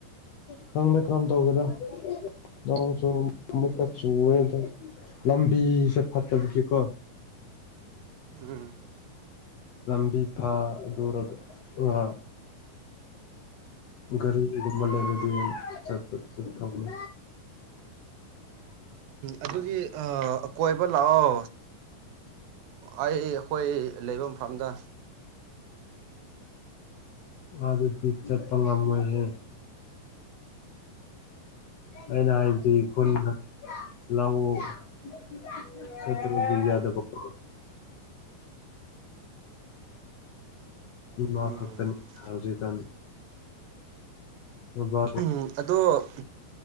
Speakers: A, on the left; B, on the right.
A: ꯈꯪꯗꯦ ꯀꯔꯝ ꯇꯧꯒꯗ꯭ꯔꯥ ꯅꯣꯡꯁꯨ ꯑꯃꯨꯛꯀ ꯆꯨꯌꯦ ꯑꯗꯨꯝ ꯂꯝꯕꯤꯁꯦ ꯐꯠꯇꯕꯒꯤꯀꯣ
B: ꯎꯝ
A: ꯂꯝꯕꯤ ꯐꯥꯗꯨꯔꯒꯦ ꯐꯥ ꯒꯥꯔꯤꯒꯨꯝꯕ ꯂꯩꯕꯗꯤ ꯆꯠꯄ ꯆꯊꯣꯛꯂꯦ
B: ꯑꯗꯨꯒꯤ ꯑꯥ ꯀꯣꯏꯕ ꯂꯥꯛꯑꯣ ꯑꯩ ꯑꯩꯈꯣꯏ ꯂꯩꯐꯝ ꯐꯝꯗ
A: ꯑꯗꯠꯇꯤ ꯆꯠꯄꯅ ꯉꯝꯃꯣꯏꯍꯦ ꯑꯩꯅ ꯍꯥꯏꯕꯗꯤ ꯈꯨꯜ ꯂꯥꯛꯎ <unintelligible> ꯏꯃꯥ
B: ꯎꯝ
A: ꯈꯛꯇꯅꯤ ꯍꯧꯖꯤꯛꯀꯥꯟ ꯕꯥꯕꯥ
B: ꯎꯪ ꯑꯗꯣ